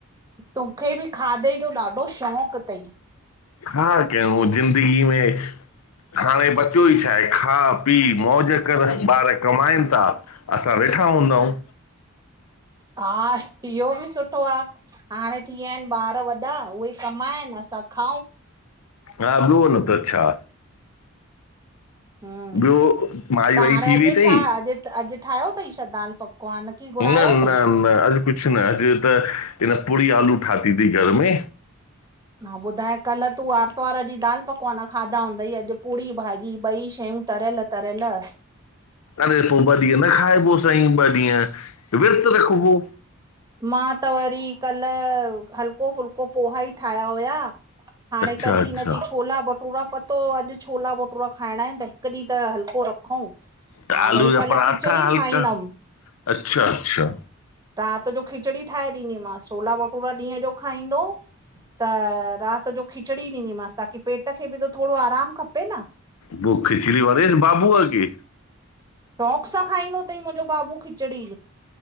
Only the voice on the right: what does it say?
तोखे ॿि खादे ॼो ॾाढो शौक़ु तई।
हा इहो ॿि सुठो आ हाणें थीयाइन ॿारु वॾा, उहे कमाइनि असां खाऊं।
हम्म
हाणे
अॼु
छा अॼु त अॼु ठाहियो तंई छा दालि पकवान? की घुरायो
अथई
हा ॿुधाय कल्ह तूं आर्तवारु ॾींहुं दालि पकवान खादा हुंदई, अॼु पूड़ी भाॼी ॿई शयूं तरियलु-तरियलु
मां त वरी कल हल्को-फुल्को पोहा ई ठाहिया हुया। हाणें
तॾी
हिन चई छोला बट टूरा पतो हो अॼु छोला भटूरा खाइणां इनि त हिकु ॾींहुं त हल्को रखंऊं।
हा
वरी
कल्ह
खिचड़ी
ठाहींदमि
राति ॼो। खिचड़ी ठाहे ॾींदीमांसि छोला भटूरा ॾींहुं ॼो खाईंदो। त राति ॼो खिचड़ी ॾींदीमांसि ताकी पेट खे ॿि त थोड़ो आराम खपे न।
शौक़ सां खाईंदो तई मुंॼो ॿाॿू खिचड़ी।